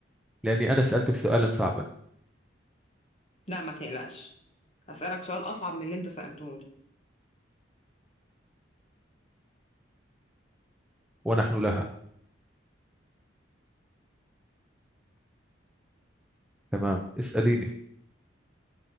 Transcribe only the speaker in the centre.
لأني أنا سألتك سؤالا صعبا
ونحن لها تمام اسأليني